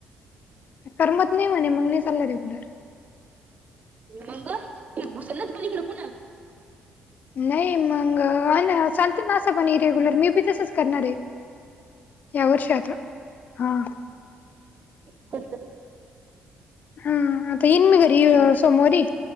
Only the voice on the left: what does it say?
करमत नाही म्हणे मग नाही चालला रेग्युलर.
नाही मंग अ ना चालत ना असं पण इरेग्युलर मी बी तसंच करणार आहे. या वर्ष आता हा.
हा आता येईन मी घरी सोमोारी